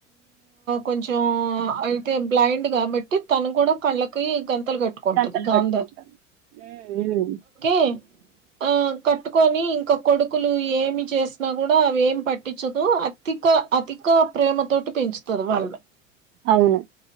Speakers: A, on the right; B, on the right.
A: కొంచెం అయితే బ్లైండ్ గా కాబట్టి తను కూడా కళ్ళకి గంతలు కట్టుకుంటది
B: కంతలు
A: గాంధారి
B: కట్టుకుంటాను ఉమ్, ఉమ్,
A: ఏ ఆ కట్టుకొని ఇంకా కొడుకులు ఏమి చేసినా కూడా అవి ఏమి పట్టించదు అతి అిక అధిక ప్రేమతోోటి పెంచుతంది వాళ్ళని
B: అవును